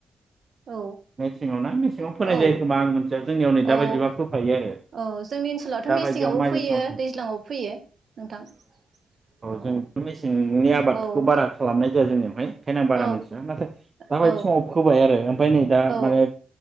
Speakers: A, on the right; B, on the right.
A: औ
B: मेसेङाव ना मेसेङाव फोनाय
A: औ
B: जायो खोमा आं मिथिया जोंनियाव नै
A: औ
B: दा बायदिबा फोखायो आरो।
A: औ जोंनि ओनसोलावथ'
B: दाबायदियाव
A: मेसेंआवबो
B: माइ
A: फैयो
B: समाव
A: दैज्लाङआवबो फैयो नोंथां औ
B: जों मेसेंनि आबादखौ
A: औ
B: बारा खालामनाय जाया जोंनियावहाय बेखायनो आं बारा
A: औ
B: मोनथिया नाथाय दााबायदि
A: औ
B: समाव फोबाय आरो ओमफ्राय नै दा
A: औ
B: माने